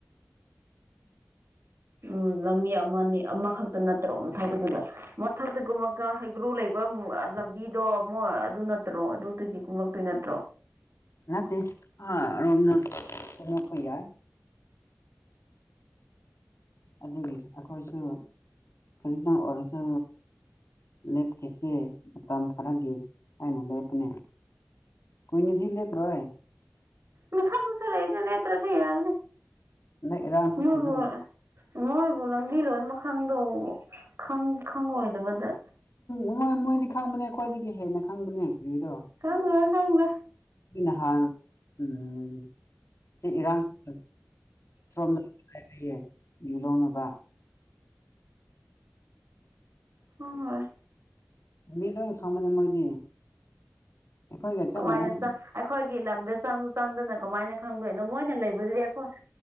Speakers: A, on the right; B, on the left.
A: ꯎꯝ ꯂꯝꯕꯤ ꯑꯃꯅꯤ ꯑꯃꯈꯛꯇ ꯅꯠꯇ꯭ꯔꯣ ꯃꯊꯛꯇꯒꯤꯗ ꯃꯊꯛꯇꯒꯨꯝꯕ ꯍꯩꯒ꯭ꯔꯨ ꯂꯩꯕ ꯄ꯭ꯔꯝ ꯂꯝꯕꯤꯗꯣ ꯝꯣꯏ ꯑꯗꯨ ꯅꯠꯇ꯭ꯔꯣ ꯑꯗꯨꯗꯒꯤ ꯀꯨꯝꯃꯛꯇꯣꯏ ꯅꯠꯇ꯭ꯔꯣ
B: ꯅꯠꯇꯦ ꯑꯥ <unintelligible> ꯆꯪꯂꯛꯄ ꯌꯥꯏ ꯑꯗꯨꯒꯤ ꯑꯩꯈꯣꯏꯁꯨ ꯈꯖꯤꯛꯇꯪ ꯑꯣꯏꯔꯁꯨ ꯂꯦꯞꯈꯤꯁꯦ ꯃꯇꯝ ꯈꯔꯒꯤ ꯍꯥꯏꯅ ꯂꯦꯞꯄꯅꯦ ꯀꯨꯏꯅꯗꯤ ꯂꯦꯞꯔꯣꯏ
A: ꯃꯊꯛꯗꯨꯗ ꯂꯩꯕꯅꯦ ꯂꯦꯞꯇ꯭ꯔꯁꯨ ꯌꯥꯕꯅꯦ
B: ꯍꯟꯗꯛ ꯏꯔꯥꯡ ꯊꯣꯛꯈꯤꯕꯒꯤ
A: ꯃꯣꯏꯕꯨ ꯃꯣꯏ ꯑꯣ ꯂꯝꯕꯤ ꯂꯣꯏꯅꯃꯛ ꯈꯪꯗꯧ ꯈꯪ ꯈꯪꯪꯂꯣꯏꯗꯕꯗ
B: ꯃꯣꯏ ꯃꯣꯏꯗꯤ ꯈꯪꯕꯅꯦ ꯑꯩꯈꯣꯏꯗꯒꯤ ꯍꯦꯟꯅ ꯈꯪꯕꯅꯦ ꯀ꯭ꯔꯤꯔꯣ
A: ꯈꯪꯉꯔꯣꯏ ꯈꯪꯗꯦ
B: ꯅꯍꯥꯟ ꯎꯝ ꯁꯤ ꯏꯔꯥꯡ ꯊꯣꯛ ꯁꯣꯝꯗ ꯀꯔꯛꯑꯦ ꯌꯨ ꯂꯧꯅꯕ
A: ꯍꯣꯏ ꯍꯣꯏ
B: ꯃꯤ ꯂꯣꯏ ꯈꯪꯕꯅꯦ ꯃꯣꯏꯗꯤ ꯑꯩꯈꯣꯏꯒ
A: ꯀꯃꯥꯏꯅ
B: ꯆꯞ ꯃꯥꯟꯅꯕ
A: ꯑꯩꯈꯣꯏꯒꯤ ꯂꯝꯗ ꯆꯪꯁꯨ ꯆꯪꯗꯅ ꯀꯃꯥꯏꯅ ꯈꯪꯗꯣꯏꯅꯣ ꯃꯣꯏꯅ ꯂꯩꯕꯗꯨꯗꯤ ꯑꯩꯈꯣꯏ